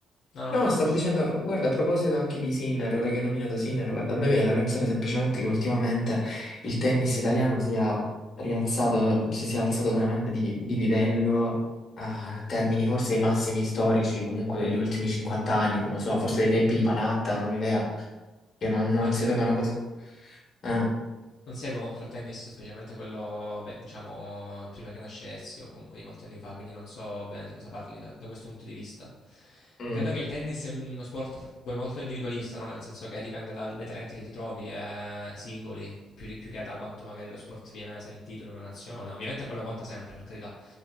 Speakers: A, on the left (about 65°); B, on the left (about 45°).
A: No, no,
B: No,
A: fai
B: stavo
A: finisci.
B: dicendo, guarda, a proposito anche di Sinner, ora che ho nominato Sinner, guarda, a me viene da pensare semplicemente che ultimamente il tennis italiano sia rialzato, si sia alzato veramente di, di livello a termini forse i massimi storici comunque degli ultimi 50 anni, non lo so, forse dei tempi di Panatta, non ho idea, che non, non
A: Guarda,
B: si
A: io
B: avevano
A: non,
B: cose... Ah,
A: non seguo molto il tennis, specialmente quello, beh, diciamo, prima che nascessi o comunque di molti anni fa, quindi non so bene di cosa parli da, da questo punto di vista.
B: mm,
A: Credo che il tennis sia uno sport poi molto individualista, no? Nel senso che dipende dal- dai talenti che ti trovi, eh, singoli, più, di- più che da quanto magari lo sport viene sentito in una nazione. Ovviamente quello conta sempre, per carità.